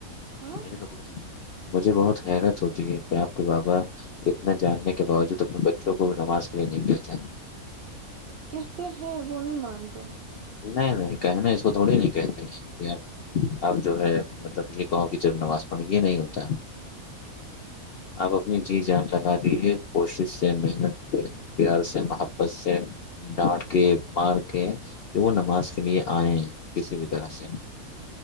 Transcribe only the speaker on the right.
ہاں
کہتے ہیں وہ نہیں مانتے